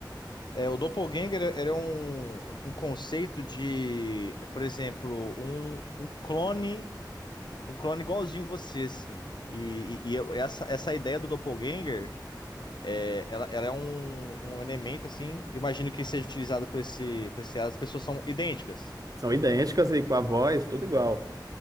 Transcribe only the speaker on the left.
É, o Doppelganger era um, um conceito de, por exemplo, um, um clone, um clone igualzinho você, assim. E, e- e eu- essa, essa ideia do Doppelganger. É, ela, ela é um, um elemento, assim, imagino que seja utilizado por esse, por esse as pessoas são idênticas.